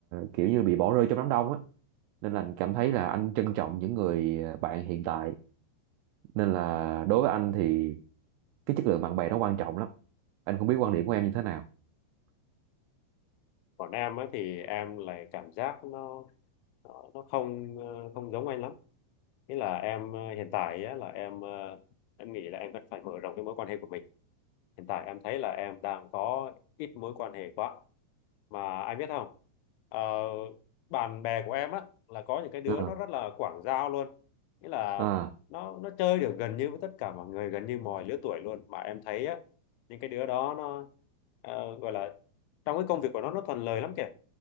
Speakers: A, on the right; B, on the left.
A: kiểu như bị bỏ rơi trong đám đông á nên là anh cảm thấy là anh trân trọng những người ờ, bạn hiện tại nên là đối với anh thì cái chất lượng bạn bè nó quan trọng lắm anh không biết quan điểm của em như thế nào
B: Còn em ấy thì em lại cảm giác nó nó, nó không ờ, không giống anh lắm. Thế là em ờ, hiện tại á, là em ờ, em nghĩ là em cần phải mở rộng cái mối quan hệ của mình. Hiện tại em thấy là em đang có ít mối quan hệ quá. Mà anh biết không? Ờ, bạn bè của em á là có những cái đứa
A: à,
B: nó rất là quảng giao luôn. Nghĩa là
A: à,
B: nó nó chơi được gần như với tất cả mọi người, gần như mọi lứa tuổi luôn. Mà em thấy á những cái đứa đó nó ờ, gọi là trong cái công việc của nó nó thuận lợi lắm kìa.